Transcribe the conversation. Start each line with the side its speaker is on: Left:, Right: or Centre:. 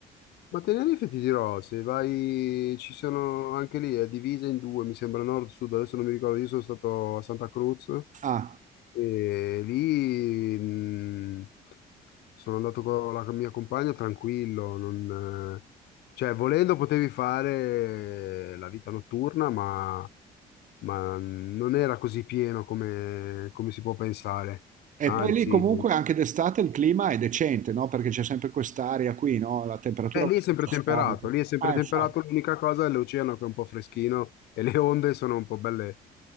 Left: Ma Tenerife ti dirò, se vai, ci sono anche lì, è divisa in due, mi sembra nord-sud, adesso non mi ricordo, io sono stato a Santa Cruz
Right: Ah,
Left: e lì mh, sono andato con la mia compagna tranquillo, non, eh, cioè volendo potevi fare la vita notturna, ma, ma non era così pieno come, come si può pensare,
Right: e
Left: anzi...
Right: poi lì comunque anche d'estate il clima è decente, no? Perché c'è sempre quest'aria qui, no? La temperatura
Left: Eh,
Right: è
Left: lì
Right: abbastanza
Left: è sempre temperato,
Right: stabile.
Left: lì è sempre
Right: Ah,
Left: temperato,
Right: infatti.
Left: l'unica cosa è l'oceano che è un po' freschino e le onde sono un po' belle,